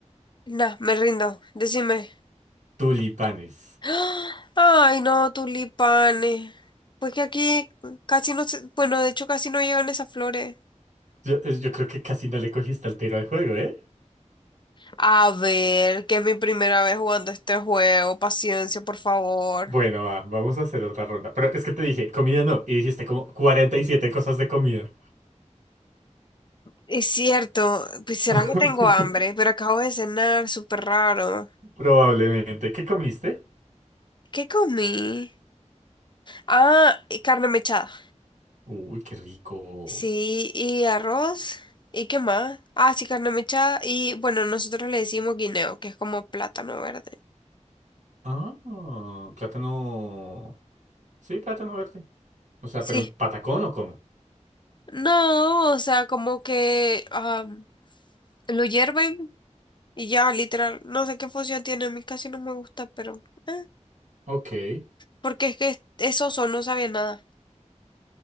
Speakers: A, on the left; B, on the right.
A: Nah, me rindo, decime.
B: Tulipanes.
A: <gasps> ¡Ah! Ay, no, tulipanes. Pues que aquí casi no se, bueno, de hecho casi no llevan esas flores.
B: Yo, es- yo creo que casi no le cogiste el tiro al juego, ¿eh?
A: A ver, que es mi primera vez jugando este juego. Paciencia, por favor.
B: Bueno, va, vamos a hacer otra ronda. Pero es que te dije, comida no, y dijiste como 47 cosas de comida.
A: Es cierto, pues será
B: <laughs>
A: que tengo hambre, pero acabo de cenar, súper raro.
B: Probablemente. ¿Qué comiste?
A: ¿Qué comí? Ah, y carne mechada.
B: Uy, qué rico.
A: Sí, y arroz. ¿Y qué más? Ah, sí, carne mechada. Y bueno, nosotros le decimos guineo, que es como plátano verde.
B: Ah, plátano. Sí, plátano verde. O sea,
A: Sí.
B: pero en patacón o cómo?
A: No, o sea, como que ah, lo hierven y ya, literal. No sé qué función tiene, a mí casi no me gusta, pero... eh.
B: Ok.
A: Porque es que esos son, no sabía nada.